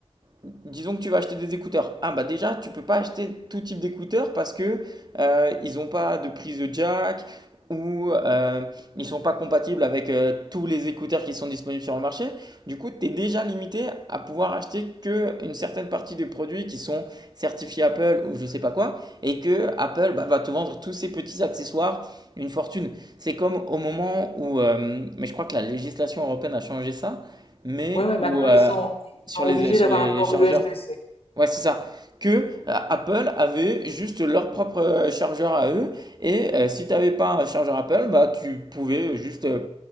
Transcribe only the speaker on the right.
disons que tu vas acheter des écouteurs. Ah bah déjà, tu peux pas acheter tout type d'écouteurs parce que euh, ils n'ont pas de prise de jack ou euh, ils sont pas compatibles avec euh, tous les écouteurs qui sont disponibles sur le marché. Du coup, tu es déjà limité à pouvoir acheter que une certaine partie des produits qui sont certifiés Apple ou je sais pas quoi et que Apple bah, va te vendre tous ces petits accessoires une fortune. C'est comme au moment où, euh, mais je crois que la législation européenne a changé ça, mais
où
euh,
sur
les,
sur
les
chargeurs.
Ouais, c'est ça. Que euh, Apple avait juste leur propre euh, chargeur à eux. Et euh, si tu n'avais pas un chargeur Apple, bah, tu pouvais juste. euh,